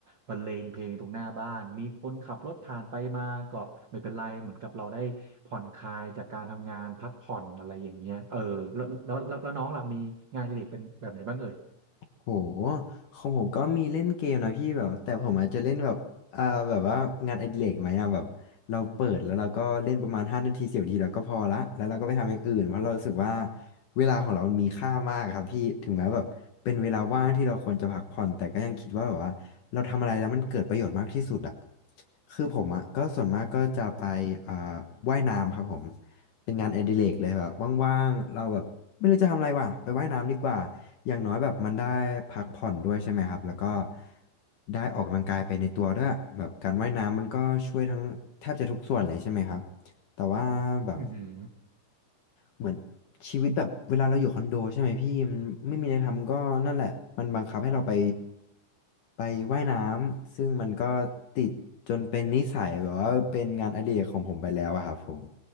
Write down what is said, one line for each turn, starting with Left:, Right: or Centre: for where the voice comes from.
Right: บรรเลงเพลงตรงหน้าบ้านมีคนขับรถผ่านไปมาก็ไม่เป็นไรเหมือนกับเราได้ผ่อนคลายจากการทำงานพักผ่อนอะไรอย่างเงี้ยเออแล้วแล้วแล้วแล้วน้องล่ะมีงานอดิเรกเป็นแบบไหนบ้างเอ่ย
Left: โหของผมก็มีเล่นเกมนะพี่แบบแต่ผมอาจจะเล่นแบบอ่าแบบว่างานอดิเรกไหมอ่ะแบบเราเปิดแล้วเราก็เล่นประมาณห้านาทีสิบนาทีเราก็พอละแล้วเราก็ไปทำอย่างอื่นเพราะเรารู้สึกว่าเวลาของเรามันมีค่ามากครับพี่ถึงแม้แบบเป็นเวลาว่างที่เราควรจะพักผ่อนแต่ก็ยังคิดว่าแบบว่าเราทำอะไรแล้วมันเกิดประโยชน์มากที่สุดอ่ะคือผมอ่ะก็ส่วนมากก็จะไปอ่าว่ายน้ำครับผม เป็นงานอดิเรกเลยแบบว่างๆ เราแบบไม่รู้จะทำอะไรว่ะไปว่ายน้ำดีกว่าอย่างน้อยแบบมันได้พักผ่อนด้วยใช่ไหมครับแล้วก็ได้ออกกำลังกายไปในตัวด้วยแบบการว่ายน้ำมันก็ช่วยทั้งแทบจะทุกส่วนเลยใช่ไหมครับแต่ว่าแบบ
Right: อืมอหือ
Left: เหมือนชีวิตแบบเวลาเราอยู่คอนโดใช่ไหมพี่มันไม่มีอะไรทำก็นั่นแหละมันบังคับให้เราไปไปว่ายน้ำซึ่งมันก็ติดจนเป็นนิสัยแบบว่าเป็นงานอดิเรกของผมไปแล้วอะครับผม